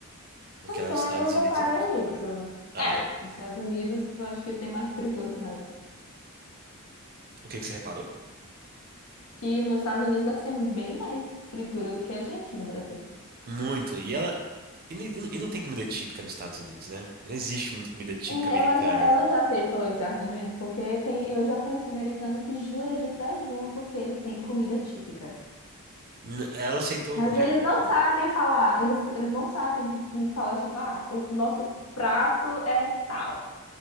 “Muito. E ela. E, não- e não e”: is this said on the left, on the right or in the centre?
Right